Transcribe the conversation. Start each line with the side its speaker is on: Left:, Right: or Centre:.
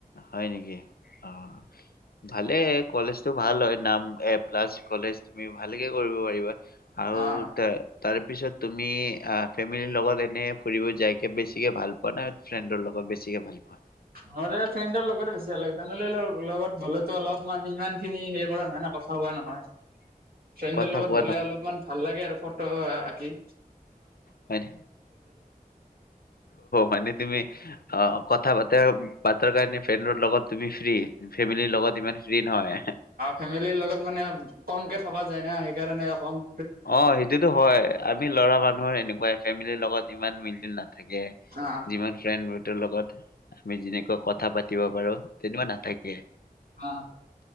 Left: হয় নেকি অ ভালে কলেজটো ভাল হয় নাম এ প্লাছ কলেজ তুমি ভালকে কৰিব পাৰিবা আৰু
Right: অ
Left: ত তাৰে তাৰ পিছত তুমি আহ ফেমিলিৰ লগত এনে ফুৰিব যাইকে বেছিকে ভাল পোৱা না ফ্ৰেণ্ডৰ লগত বেছিকে ভাল পোৱা
Right: ম ফ্ৰেণ্ডৰ লগত বেছি ভাল লাগে ফেমিৰ লগত গ'লেতো অলপমান ইমান খিনি। কৰা নহয় ন কথা হোৱা নহয় ফ্ৰেণ্ডৰ
Left: কথা
Right: লগত
Left: কোৱা
Right: গ'লে
Left: ন
Right: অলপমান। ভাল লাগে আৰু ফটো আকি
Left: হয় মানে তুমি আহ ক কথা পাতা পাতৰ কাৰণে ফ্ৰেণ্ডৰ লগত তুমি ফ্ৰী ফেমিলিৰ লগত ইমান ফ্ৰী নহয়
Right: ফেমিলিৰ লগত মানে কমকে থকা যাই না সেইকাৰণে অ কম
Left: অ সেইটোতো হয় আমি লৰা মানুহৰ এনেকুৱাই ফেমিলিৰ লগত ইমান মিল জুল নাই থাকে
Right: অ',
Left: যিমান ফ্ৰেণ্ড লগত আমি যেনেকুৱা কথা পাতিব পাৰো তেনেকুৱা নাথাকে
Right: অ